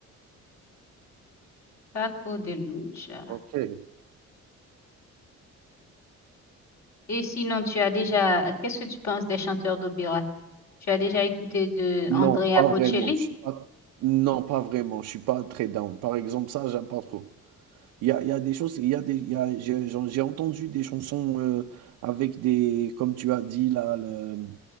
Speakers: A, on the left (about 60°); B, on the right (about 85°).
A: Paco de Lucia.
B: OK.
A: Et sinon, tu as déjà, euh, qu'est-ce que tu penses des chanteurs d'opéra? Tu as déjà écouté de
B: Non,
A: Andrea
B: pas
A: Bocelli?
B: vraiment. Je suis pas non, pas vraiment. Je suis pas très down. Par exemple, ça, j'aime pas trop. Il y a il y a des choses, il y a des il y a j'ai j'en j'ai entendu des chansons, heu, avec des comme tu as dit là, le